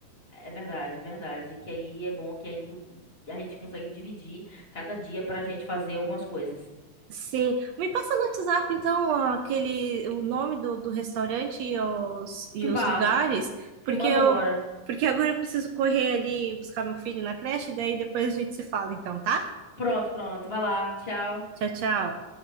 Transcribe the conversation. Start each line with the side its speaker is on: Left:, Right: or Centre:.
Left: É verdade, verdade. Que aí é bom que aí tu, a gente consegue dividir cada dia pra gente fazer algumas coisas.
Right: Sim. Me passa no WhatsApp, então, aquele, o nome do, do restaurante e os, e
Left: Te
Right: os
Left: passo,
Right: lugares,
Left: te
Right: porque
Left: mando
Right: eu,
Left: agora.
Right: porque agora eu preciso correr ali buscar meu filho na creche, daí depois a gente se fala, então, tá?
Left: Pronto, pronto. Vai lá, tchau.
Right: Tchau, tchau.